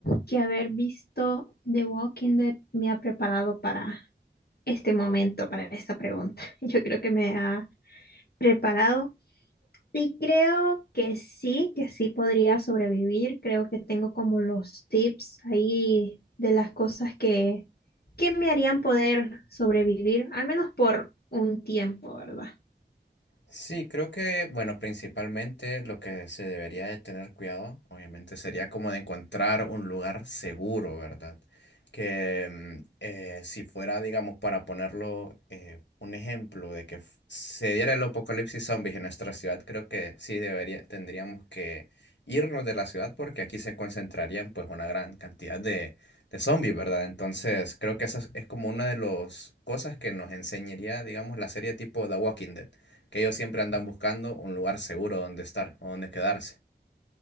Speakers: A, on the left; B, on the left.
A: que haber visto The Walking Dead me ha preparado para este momento, para esta pregunta. <laughs> Yo creo que me ha preparado y creo que sí, que sí podría sobrevivir. Creo que tengo como los tips ahí de las cosas que, que me harían poder sobrevivir, al menos por un tiempo, ¿verdad?
B: Sí, creo que, bueno, principalmente lo que se debería de tener cuidado, obviamente, sería como de encontrar un lugar seguro, ¿verdad? Que mm, eh, si fuera, digamos, para ponerlo eh, un ejemplo de que f- se diera el apocalipsis zombies en nuestra ciudad, creo que sí debería, tendríamos que irnos de la ciudad porque aquí se concentrarían pues una gran cantidad de, de zombies, ¿verdad? Entonces, creo que esa es, es como una de las cosas que nos enseñaría, digamos, la serie tipo The Walking Dead que ellos siempre andan buscando un lugar seguro donde estar o donde quedarse.